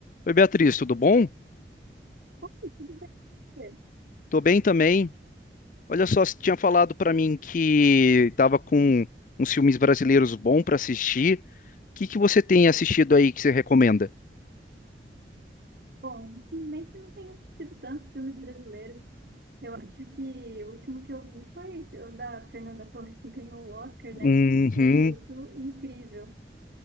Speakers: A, on the left; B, on the right.
A: Oi, Beatriz, tudo bom?
B: Tudo bem.
A: Tô bem também. Olha só, você tinha falado pra mim que tava com uns filmes brasileiros bons pra assistir. O que que você tem assistido aí que você recomenda?
B: Bom, ultimamente eu não tenho assistido tantos filmes brasileiros. Eu acho que o último que eu vi foi o da Fernanda Torres que ganhou o Oscar, né?
A: Uhum.
B: Eu achei isso incrível.